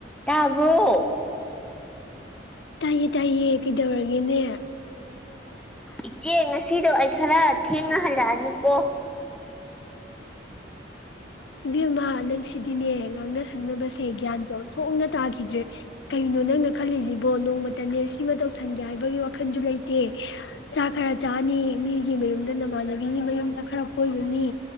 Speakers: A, in the centre; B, on the left.
A: ꯇꯥꯕꯔꯣ
B: ꯇꯥꯏꯑꯦ ꯇꯥꯏꯑꯦ ꯀꯩꯗꯧꯔꯒꯦꯅꯦ
A: ꯏꯆꯦ ꯉꯁꯤꯗꯣ ꯑꯩ ꯈꯔ ꯊꯦꯡꯅ ꯍꯂꯛ ꯑꯅꯤꯀꯣ
B: ꯏꯕꯦꯝꯃ ꯅꯪꯁꯤꯗꯤꯅꯦ ꯉꯥꯡꯅ ꯁꯛꯅꯕꯁꯦ ꯒꯌꯥꯟ ꯑꯣꯟꯊꯣꯛꯅꯥ ꯇꯒꯤꯗꯔ꯭ꯦ ꯀꯩꯅꯣ ꯅꯪꯅ ꯈꯜꯂꯤꯖꯤꯕꯣ ꯅꯣꯡꯃꯇꯅꯦ ꯁꯤꯃ ꯇꯧꯁꯟꯒꯦ ꯍꯥꯏꯕꯒꯤ ꯋꯈꯜꯖꯨ ꯂꯩꯇꯦ ꯆꯥꯛ ꯈꯔ ꯆꯥꯅꯤ ꯃꯤꯒꯤ ꯃꯌꯨꯝꯗꯥ ꯅꯃꯥꯟꯅꯕꯤꯒꯤ ꯃꯌꯨꯝꯗꯥ ꯈꯔ ꯀꯣꯏꯔꯨꯅꯤ